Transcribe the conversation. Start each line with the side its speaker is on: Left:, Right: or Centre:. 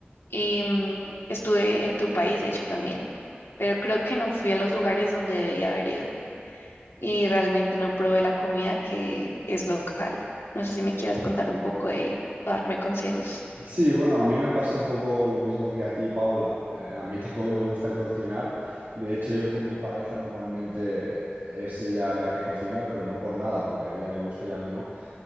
Left: Y mm, estuve en tu país, de hecho, también, pero creo que no fui a los lugares donde debía haber ido y realmente no probé la comida que es local. No sé si me quieras contar un poco de, o darme consejos
Right: Sí, bueno, a mí me pasa un poco lo mismo que a ti, Paula. Eh, a mí <laughs> tampoco me gusta cocinar. De hecho, yo con mi pareja normalmente es ella la que cocina, pero no por nada, porque a ella le gusta y a mí no.